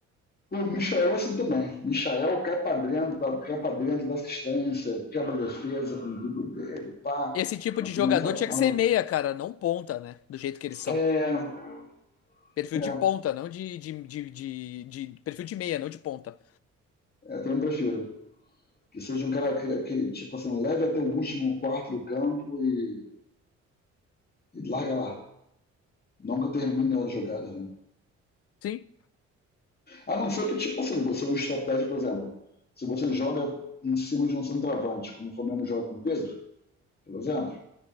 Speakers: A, on the left; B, on the left.
A: O Michael é assim também. Michael cai pra dentro, dá- cai pra dentro, dá assistência, quebra a defesa com o drible dele, pá.
B: Esse tipo
A: Não
B: de
A: finaliza
B: jogador tinha
A: mal.
B: que ser meia, cara, não ponta, né? Do jeito que eles são.
A: É,
B: Perfil
A: é,
B: de ponta, não de, de, de, de, de- Perfil de meia, não de ponta.
A: é, também prefiro. Que seja um cara que, que, tipo assim, leve até o último quarto do campo e, e larga lá. Não que termine as jogadas, né?
B: Sim,
A: A não ser que, tipo assim, você é o estratégia, por exemplo, se você joga em cima de um centroavante, como o Flamengo joga com o Pedro, por exemplo,